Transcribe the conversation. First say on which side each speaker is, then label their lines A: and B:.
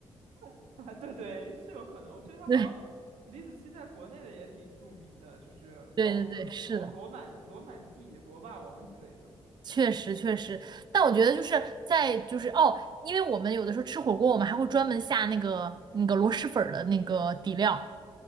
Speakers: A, on the right; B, on the right.
A: <laughs> 啊对对，是有可能。我觉得它好像李子柒在国内的也挺著名的，
B: <laughs> 对，
A: 就是包括什么罗罗满罗满地、
B: 对对对，是的，
A: 罗霸王之类的
B: 确实确实。但我觉得就是在就是哦，因为我们有的时候吃火锅，我们还会专门下那个那个螺蛳粉儿的那个底料，